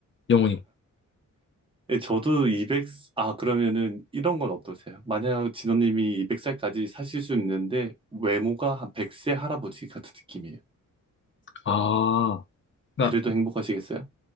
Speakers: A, on the left; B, on the right.
A: 영원히
B: 예, 저도 200, 아, 그러면은 이런 건 어떠세요? 만약 진호님이 200살까지 사실 수는 있는데 외모가 한 100세 할아버지 같은 느낌이에요.
A: 아, 그러니까
B: 그래도 행복하시겠어요?